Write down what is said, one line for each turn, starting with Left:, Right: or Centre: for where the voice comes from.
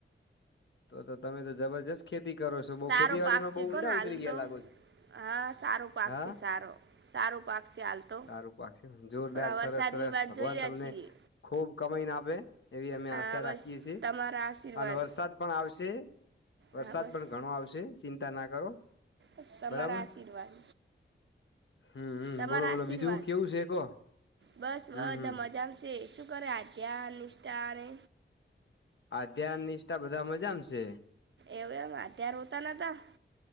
Left: તો તો તમે તો જબરજસ્ત ખેતી કરો છો બહુ
Right: સારો
Left: ખેતીવાડી
Right: પાક
Left: માં બહ
Right: છે
Left: ઊંડા
Right: કોને હાલ
Left: ઉતરી ગયા
Right: તો
Left: લાગો છો?
Right: હા સારું પાક
Left: હા
Right: છે સારો સારું પાક છે હાલ તો.
Left: સારું પાકશે જોરદાર
Right: પણ આ વરસાદની
Left: સરસ સરસ,
Right: વાટ
Left: ભગવાન
Right: જોઈ રહ્યા
Left: તમને
Right: છીએ
Left: ખુબ કમાઈને આપે એવી અમે
Right: હા
Left: આશા
Right: બસ
Left: રાખીએ છીએ,
Right: તમારા આશીર્વાદ
Left: અને વરસાદ પણ આવશે. વરસાદ
Right: હા બસ
Left: પણ ઘણો આવશે ચિંતા ના કરો.
Right: બ તમારા
Left: બરાબર
Right: આશીર્વાદ.
Left: હમ હમ
Right: તમારા
Left: બોલો બોલો
Right: આશીર્વાદ,
Left: બીજું કેવું છે કો
Right: બસ બધા
Left: હમ હમ
Right: મજા. શું કરે આયા નિષ્ઠાને?
Left: આધ્યાન નિષ્ઠા બધા મજામ છે.
Right: એવું એમ ત્યારે રોતા નતા?